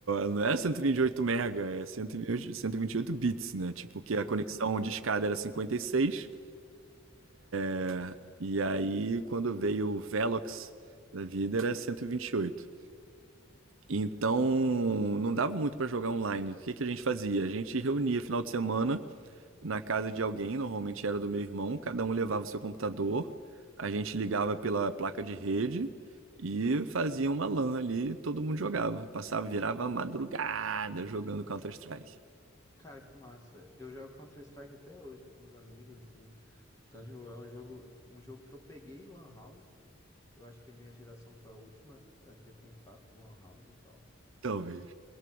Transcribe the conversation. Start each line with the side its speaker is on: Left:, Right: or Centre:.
Right: não era 128 mega, é 128 128 bits, né? Tipo, que
Left: pô,
Right: a conexão
Left: é
Right: de escada era 56 É, E aí, quando veio o Velox da vida, era 128. Então, não dava muito para jogar online. O que, que a gente fazia? A gente reunia final de semana na casa de alguém, normalmente era do meu irmão, cada um levava o seu computador, a gente ligava pela placa de rede e fazia uma LAN ali, todo mundo jogava. Passava, virava madrugada jogando Counter-Strike.
Left: Cara, que massa. Eu jogo Counter-Strike até hoje com os meus amigos, assim. Então, tipo, é um jogo, um jogo que eu peguei em Lan House. Eu acho que a minha geração foi a última a ter contato com Lan House e tal.
Right: Talvez.